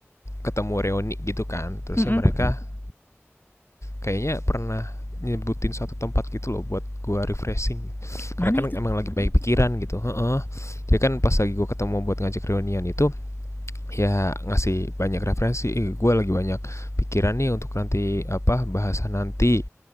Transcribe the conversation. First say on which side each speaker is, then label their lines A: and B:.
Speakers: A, on the left; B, on the left.
A: ketemu reuni gitu kan. Terusnya
B: Mm-mm.
A: mereka kayaknya pernah nyebutin suatu tempat gitu loh buat gua refreshing. Karena
B: Mana
A: kan
B: itu?
A: emang lagi baik pikiran gitu. Heeh. Jadi kan pas lagi gua ketemu buat ngajak reunian itu ya ngasih banyak referensi eh, gue lagi banyak pikiran nih untuk nanti apa bahasan nanti